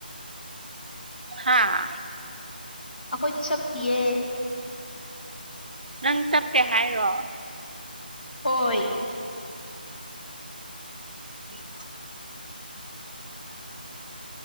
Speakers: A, on the right (about 60°); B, on the left (about 70°).
A: ꯍꯥꯥ
B: ꯑꯩꯈꯣꯏ ꯇ ꯁ ꯄꯌꯦ
A: ꯅꯪ ꯆꯠꯀꯦ ꯍꯥꯏꯔꯣ
B: ꯑꯣꯏ
A: ꯎꯝ